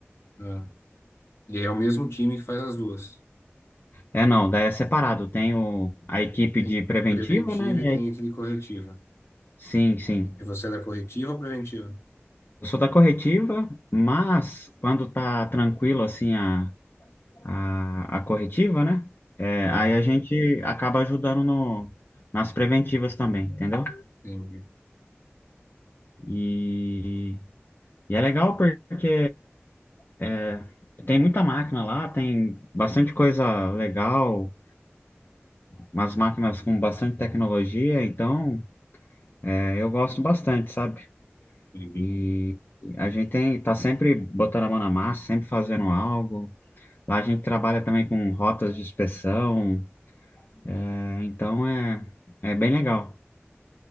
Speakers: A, on the left (about 65°); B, on the left (about 45°).
A: Uhum. E é o mesmo time que faz as duas.
B: É, não, daí é separado: tem o, a equipe
A: Tem
B: de preventiva,
A: preventiva
B: né? E
A: e tem
B: aí,
A: aquele corretiva.
B: sim, sim.
A: E você é da corretiva ou preventiva?
B: Eu sou da corretiva, mas quando tá tranquilo assim a a, a corretiva, né? É,
A: Ah,
B: aí a gente acaba ajudando no, nas preventivas também, entendeu?
A: entendi.
B: E, e é legal porque é, tem muita máquina lá, tem bastante coisa legal, umas máquinas com bastante tecnologia, então é, eu gosto bastante, sabe?
A: Entendi.
B: E a gente tem, tá sempre botando a mão na massa, sempre fazendo algo. Lá a gente trabalha também com rotas de inspeção, é, então é, é bem legal.